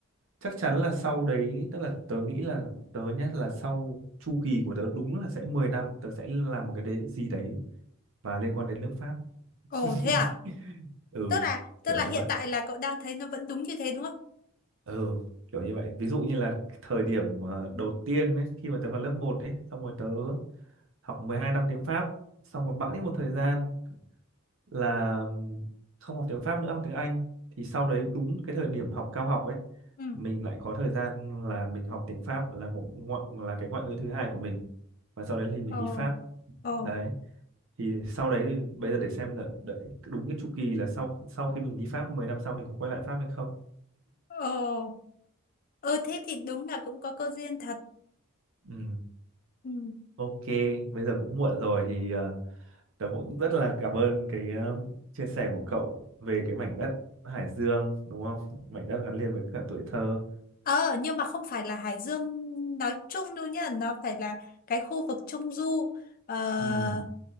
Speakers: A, on the right; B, on the left.
A: chắc chắn là sau đấy tức là tớ nghĩ là tớ nhá là sau chu kỳ của tớ đúng là sẽ 10 năm tớ sẽ làm một cái đấy gì đấy và liên quan đến nước Pháp
B: Ồ
A: <laughs>
B: thế à?
A: ừ
B: Tức là tức
A: kiểu
B: là
A: như
B: hiện
A: vậy
B: tại là cậu đang thấy nó vẫn đúng như thế đúng không?
A: ừ kiểu như vậy ví dụ như là cái thời điểm ờ, đầu tiên ấy, khi mà tớ vào lớp một ấy xong rồi tớ học 12 năm tiếng Pháp xong rồi bẵng đi một thời gian là ừm, không học tiếng Pháp nữa học tiếng Anh thì sau đấy đúng cái thời điểm học cao học ấy
B: Ừ.
A: mình lại có thời gian là mình học tiếng Pháp là ngo ngo- là cái ngoại ngữ thứ hai của mình và sau đấy thì mình
B: Ồ.
A: đi Pháp
B: Ồ.
A: đấy thì sau đấy thì bây giờ để xem là đợi đúng cái chu kỳ là sau sau khi mình đi Pháp mười năm sau mình có quay lại Pháp hay không
B: Ồ, ừ thế thì đúng là cũng có cơ duyên thật.
A: ừ
B: Ừ.
A: Ok, bây giờ cũng muộn rồi thì ờ, tớ cũng rất là cảm ơn cái ờ, chia sẻ của cậu về cái mảnh đất Hải Dương đúng không? Mảnh đất gắn liền với cả tuổi thơ.
B: Ờ, nhưng mà không phải là Hải Dương nói chung đâu nhá, nó phải là cái khu vực Trung Du. Ờ,
A: Ừ,